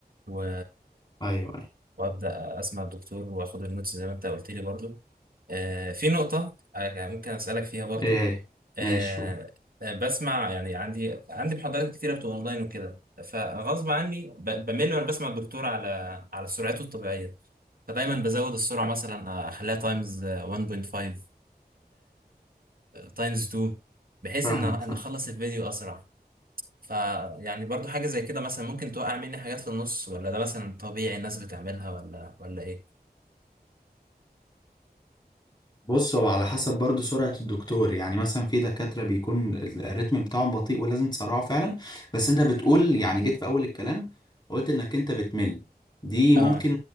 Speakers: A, on the right; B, on the left.
A: و...
B: ايوه
A: وابدا اسمع الدكتور واخد النوتس زي ما انت قلت لي برضو آه، في نقطة آه، يعني ممكن أسألك فيها برضو
B: ايه هي
A: آه،
B: ماشي قول
A: آه، بسمع يعني عندي عندي محاضرات كتيرة بتبقى أونلاين وكده فغصب عني ب- بمل وأنا بسمع الدكتور على على سرعته الطبيعية فدايما بزود السرعة مثلا أخليها تايمز 1.5 تايمز 2 بحيث
B: فاهمك
A: إن إن
B: فاهم
A: أخلص الفيديو أسرع فيعني برضو حاجة زي كده مثلا ممكن توقع مني حاجات في النص ولا ده مثلا طبيعي الناس بتعملها ولا ولا إيه؟
B: بص هو على حسب برضو سرعة الدكتور يعني مثلا في دكاترة بيكون ال- الريتم بتاعهم بطيء ولازم تسرعه فعلا بس انت بتقول يعني جيت في اول الكلام قلت انك انت بتمل دي
A: اه
B: ممكن